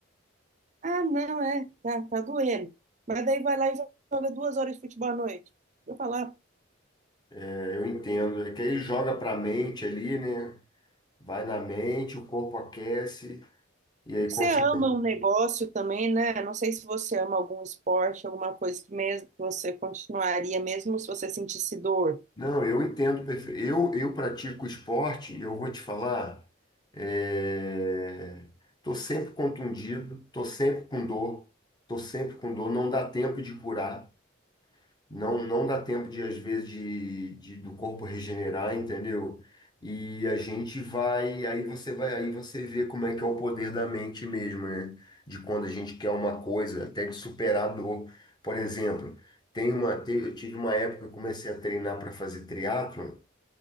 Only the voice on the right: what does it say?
Ah, não, é, tá, tá doendo. Mas daí vai lá e joga duas horas de futebol à noite. Eu falo, "Ah,
você
ama um negócio também, né? Não sei se você ama algum esporte, alguma coisa que mesmo que você continuaria, mesmo se você sentisse dor.